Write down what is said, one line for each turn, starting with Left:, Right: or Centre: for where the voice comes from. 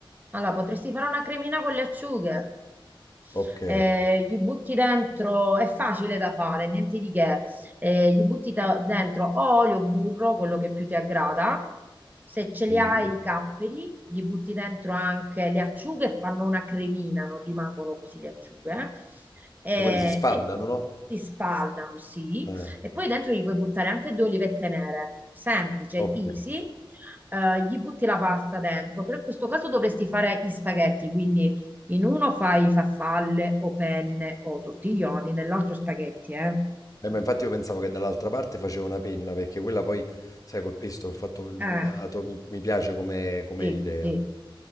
Right: Allora, potresti fare una cremina con le acciughe
Left: Ok.
Right: eh, gli butti dentro, è facile da fare, niente di che, eh, gli butti da- dentro o olio, burro, quello che più ti aggrada, se ce li
Left: Mm.
Right: hai i capperi, gli butti dentro anche le acciughe e fanno una cremina, non rimangono così le acciughe, eh,
Left: Che quelle si sfaldano,
Right: Eh,
Left: no?
Right: e si spaldano, sì,
Left: Eh,
Right: e poi dentro gli puoi buttare anche due olivette nere, semplice,
Left: ok.
Right: easy eh, gli butti la pasta dentro, però in questo caso dovresti fare gli spaghetti, quindi in uno fai farfalle o penne o tortiglioni, nell'altro spaghetti, eh?
Left: Eh, ma infatti io pensavo che dall'altra parte facevo una penna, perché quella poi, sai, col pesto ho fatto il
Right: Eh.
Left: bucato, mi, mi piace come, come
Right: Sì,
Left: idea.
Right: sì.